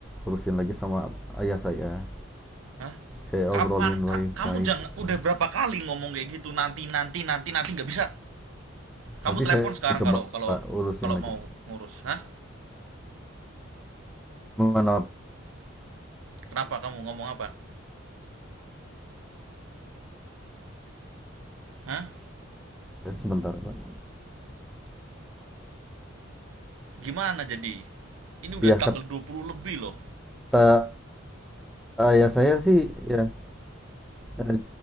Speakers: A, in the centre; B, on the right (about 80°).
A: urusin lagi sama ayah saya.
B: Hah?
A: Saya
B: Kapan?
A: obrolin baik-baik
B: Ka- kamu jangan
A: gitu.
B: udah berapa kali ngomong kayak gitu nanti nanti nanti nanti nggak bisa. Kamu
A: Nanti
B: telepon
A: saya
B: sekarang kalau
A: coba
B: kalau
A: Pak, urusin
B: kalau
A: lagi.
B: mau ngurus, hah?
A: Gimana Pak?
B: Kenapa kamu ngomong apa? Hah?
A: sebentar Pak?
B: Gimana jadi? Ini udah
A: Ya
B: tanggal 20 lebih loh.
A: kata ayah saya sih ya eh,